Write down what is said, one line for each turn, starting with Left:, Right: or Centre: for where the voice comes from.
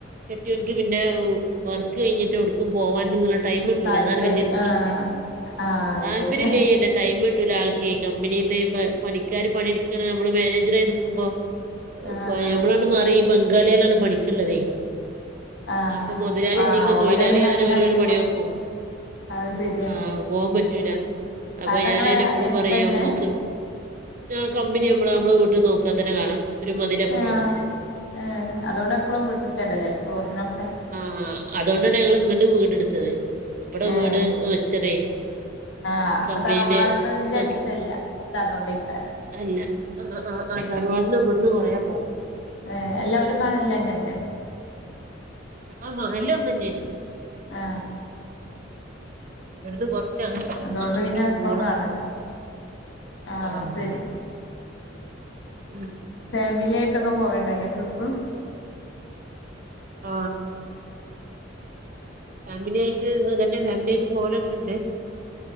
Right: കെട്ടിയോൻ ക് പിന്നെ ഉ വർക്ക് കഴിഞ്ഞിട്ട് എവ്ടുക്കും പോവാന്ങ്ങനെ ടൈം കിട്ടൂല.
Left: താല്പര്യം
Right: അതാണ് വലിയരു പ്രശ്നം.
Left: ആ ആ അത്
Right: താല്പര്യം
Left: ശരി ആ
Right: ഇല്ലായെല്ല ട്ടൂല ആൾക്ക കമ്പനിന്ന് പണിക്കാര് പണിടുക്കണ നമ്മള് മാനേജർയി നിക്കുമ്പോ <unintelligible>
Left: ആ ആ
Right: മാറി ഈ ബംഗാളികളാണ് പണിക്കുള്ളതേ
Left: ആ
Right: അപ്പൊ മുതലാളില്ലിങ്ങൽ
Left: ആ
Right: തൊഴിലാളിമാർ
Left: ഓലെ പിന്നെ അങ്ങനെ
Right: ഓരോരോ
Left: ആക്കിയപ്പോ
Right: പണി നെക്കും
Left: അത് ശരിയാ
Right: ആ പോവാൻ പറ്റൂല അപ്പൊ
Left: കടങ്ങള്
Right: ഞൻ അയിന് എപ്പഴും
Left: എടുത്തന്നെ
Right: പറയും നമ്മക്ക് ആ കമ്പനി ഇവിടെ നമ്മള് വീട്ടീന്ന് നോക്കിയാ തന്നെ കാണാം ഒരു മതിലപ്പുറാണ്
Left: ആ ഏ അതോടെ എപ്പഴും വിട്ടക്കാരല്ലേ ചോറിനൊക്കെ
Right: ആ അതുകൊണ്ടാണ് ഞങ്ങൾ ഇങ്ങണ്ട് വീട് എടുത്തത് ഇവിടെ
Left: ഏഹ്
Right: വീട് വെച്ചതേ
Left: ആഹ് അപ്പൊ
Right: കമ്പനീന്റെ
Left: തറവാടന്റെ
Right: ഇതൊക്കെ
Left: അരുത്തല്ല ഇ അതുകൊണ്ട് ഈ കാര്ം
Right: അല്ല ആ ആ ആ തറവാടിന് ഇവിടുന്ന് കൊറയാ പോണം.
Left: ഏ എല്ലാ ഒരുമഹല്ലെന്നല്ലേ
Right: ആ മഹല്ലോന്നുംഞെയ്ത്.
Left: ആ
Right: ഇവിടുന്ന് കെറച്ച് <unintelligible>
Left: അതോണ്ട്
Right: അങ്ങോട്ട്
Left: പിന്നെ
Right: പോണം
Left: എപ്പളും കാണല്ലോ ആഹ്
Right: ആ
Left: അത്
Right: <unintelligible>
Left: ശരി
Right: ഉം
Left: ഫാമിലി ആയിട്ടൊക്കെ പോവണ്ടയിന്നെ ട്രിപ്പ്
Right: ആ ഫാമിലിയായിട്ട് അതന്നെ ഫാമിലിയായിട്ട് പോകലൊക്കെയുണ്ട്